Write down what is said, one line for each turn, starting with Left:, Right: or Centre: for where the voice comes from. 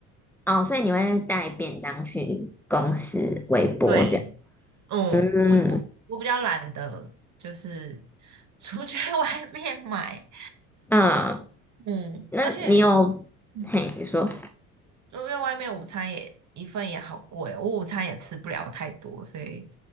Centre: 哦，所以你会带便当去公司微波这样？
Right: 对，嗯，
Centre: 嗯
Right: 我我我比较懒得，就是出去 <laughs> 外面买。
Centre: 嗯，
Right: 嗯，
Centre: 那你有，
Right: 而且嗯，
Centre: 嘿，你说，
Right: 因为外面午餐也一份也好贵哦，我午餐也吃不了太多，所以